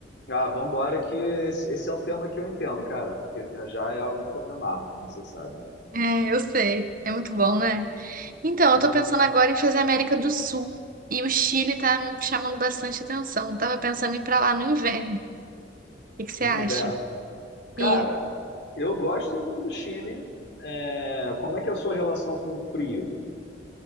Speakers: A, on the left; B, on the right.
A: Ah, vambora que esse, esse é um tema que eu entendo, cara, porque viajar é algo que eu me amarro, como você sabe.
B: É, eu sei. É muito bom, né? Então, eu
A: Hum,
B: tô pensando agora em fazer a América do Sul. E o Chile tá me chamando bastante atenção. Tava pensando em ir pra lá no inverno. O que que você
A: No
B: acha?
A: inverno. Cara,
B: E,
A: eu gosto muito do Chile. É, Como é que é a sua relação com o frio?